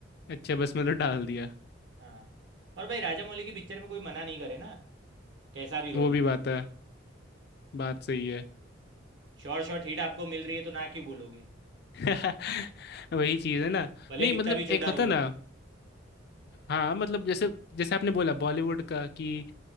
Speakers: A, on the left; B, on the right.
A: अच्छा बस मतलब डाल दिया
B: हाँ और भाई राजा मौली की पिक्चर में कोई मना नहीं करे ना कैसा भी रोल
A: वो भी
B: हो
A: बात है बात सही है
B: शॉर्ट शॉर्ट हिट आपको मिल रही है तो ना क्यों बोलोगे
A: <laughs> वही चीज है ना
B: भले
A: नहीं
B: कितना
A: मतलब
B: भी छोटा
A: एक होता
B: रोल
A: ना
B: हो
A: हाँ मतलब जैसे जैसे आपने बोला बॉलीवुड का कि